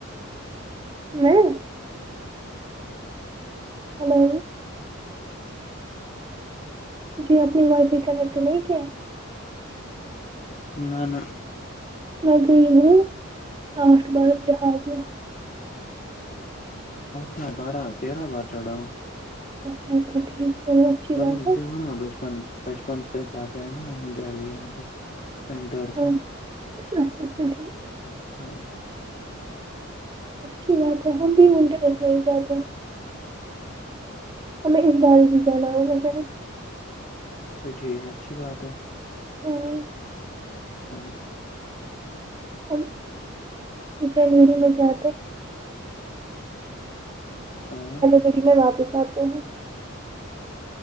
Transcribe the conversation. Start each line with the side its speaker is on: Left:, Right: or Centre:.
Right: میں ہلو جی آپ نے وائی فائی کنیکٹ نہیں کیا ہے
Left: نہ نہ
Right: میں گئی ہو آٹھ بار جہاز میں
Left: اٹھنا بارہ تیرہ بار چڑھاؤوں
Right: اچھا اچھا ٹھیک چلو اچھی
Left: مجھے
Right: بات ہے
Left: ہو نا بچپن بچپن سے جاتے ہیں نا ہم دہلی یہاں پہ ونڑس
Right: ہاں
Left: میں
Right: اچھا اچھا ٹھیک
Left: وہی
Right: اچھی بات ہے ہم بی منٹے رس میں ہی جاتے ہیں ہمیں اس بار بھی جانا ہوگا شاید
Left: اچھا ٹھیک ہے اچھی بات ہے
Right: ہاں
Left: جی
Right: ہم جنوری میں جاتے
Left: ہاں
Right: پری میں واپس آتے ہوں